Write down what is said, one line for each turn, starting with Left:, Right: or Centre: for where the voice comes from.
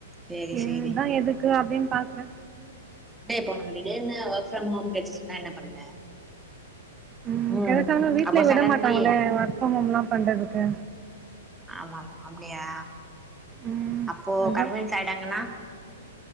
Centre: சேரி
Right: இது
Centre: சேரி
Right: தா எதுக்கு அப்டின்னு பாக்ற
Centre: இப்பே போனு திடீர்னு அவசரமாம் கேட்ச்சுன்னா என்ன பண்ணுவ
Right: உம்
Centre: ம்
Right: கெடச்சாங்கன்னா வீட்ல
Centre: அப்போ
Right: விட
Centre: சடன்லி
Right: மாட்டாங்ளே ஒர்க் ஃப்ரம் ஹோம் எல்லா பண்றதுக்கு
Centre: ஆமாம்மா அப்டியா
Right: ம்
Centre: அப்போ
Right: அதா
Centre: கன்வின்ஸ் ஆயிடாங்கன்னா